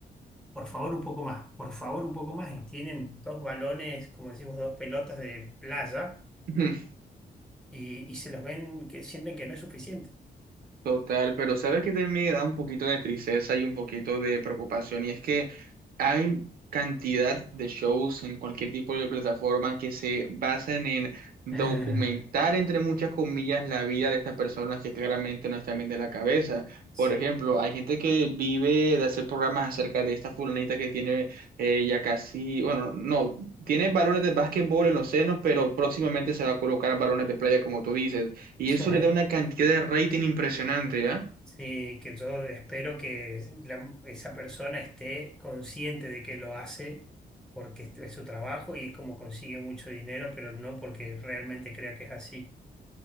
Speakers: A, in the centre; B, on the right.
A: Por favor, un poco más, por favor, un poco más. Y tienen dos balones, como decimos, dos pelotas de playa
B: <laughs>
A: y, y se los ven que sienten que no es suficiente. <laughs>
B: Total, pero sabes que también me da un poquito de tristeza y un poquito de preocupación, y es que hay cantidad de shows en cualquier tipo de plataforma que se basan en documentar,
A: Ah,
B: entre muchas comillas, la vida de estas personas que claramente no están bien de la cabeza.
A: Sí,
B: Por ejemplo, hay gente que vive de hacer programas acerca de esta fulanita que tiene eh, ya casi, bueno, no, tiene balones de básquetbol en los senos, pero próximamente se va a colocar balones de playa, como tú dices. Y
A: Sí,
B: eso le da una cantidad de rating impresionante, ¿ya?
A: sí, que yo espero que la- esa persona esté consciente de que lo hace porque este es su trabajo y es como consigue mucho dinero, pero no porque realmente crea que es así.